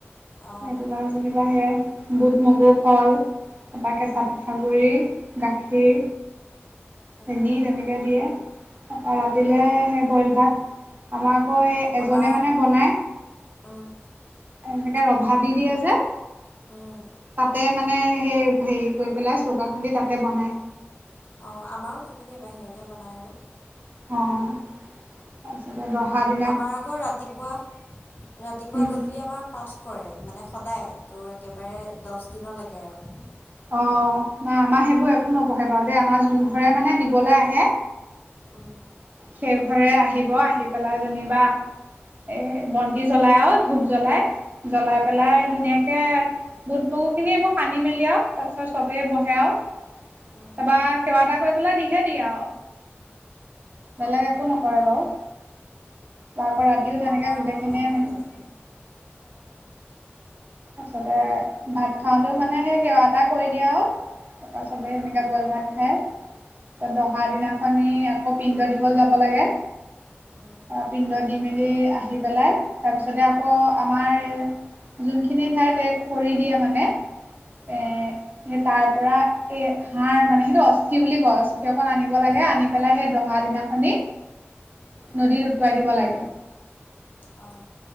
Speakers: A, on the left; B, on the right.
A: অঁ
B: সেইটো কাৰণে যেনিবা সেই বুট, মগু, কল তাপা কেঁচা
A: উম
B: পিঠাগুড়ি, গাখীৰ
A: অঁ
B: চেনি তেনেকে দিয়ে, তাপৰা ৰাতিলে
A: অঁ
B: আহে বইল ভাত আমাৰ আকৌ এই এজনে
A: আমাৰ
B: মানে বনায়
A: উম'
B: এনেকে ৰভা দি দিয়ে যে
A: উম
B: তাতে মানে সেই হেৰি কৰি পেলাই চৌকা খান্দি তাতে বনাই।
A: অঁ, আমাৰো তেনেকে বাহিৰতে বনাই আৰু।
B: অ' তাৰপিছতে দহা দি
A: আমাৰ আকৌ ৰাতিপুৱা, ৰাতিপুৱা-গধূলি
B: উম
A: আমাৰ পাঠ কৰে মানে সদায় তোৰ একেবাৰে দছ দিনলৈকে আৰু।
B: অঁ, নাই আমাৰ সেইবোৰ একো নপঢ়ে বাৰু দেই আমাৰ যোন ঘৰে মানে দিবলে আহে
A: উম
B: সেই ঘৰে আহিব আহি পেলাই যেনিবা এ বন্তি জ্বলাই আৰু ধূপ জ্বলাই, জ্বলাই পেলাই ধুনীয়াকে বুট, মগু খিনি এইবোৰ সানি-মেলি আও তাৰ পিছত চবেই বহে আঔ,
A: উম
B: তাপা সেৱা এটা কৰি পেলাই দিহে দিয়ে আঔ। বেলেগ
A: অঁ
B: একো নকৰে বাৰু। তা-আকৌ
A: উম
B: ৰাতিও তেনেকে
A: আমাৰ
B: গোটেইখিনিয়ে
A: বাৰু নহয়
B: মিলি
A: তেনেকৈ
B: তাৰছতে, ভাত খাওঁতেও মানে সেই সেৱা এটা কৰি দিয়ে আও তাৰপাছতে
A: উম
B: এনেকা
A: উম
B: বইল ভাত খায়। ত' দহা
A: উম
B: দিনাখনি আকৌ পিণ্ড দিব যাব লাগে।
A: উম
B: পিণ্ড দি মেলি আহি পেলাই তাৰপিছতে আকৌ আমাৰ যোনখিনি ঠাইত ইয়েত খৰি দিয়ে মানে
A: উম
B: এ সেই তাৰ পৰা এ হাড় মানে সেইটো অস্থি বুলি কয় অস্থি অকণ আনি ব লাগে
A: উম
B: আনি পেলাই সেই দহা দিনাখনি, নদীত উটুৱাই দিব লাগে।
A: অ।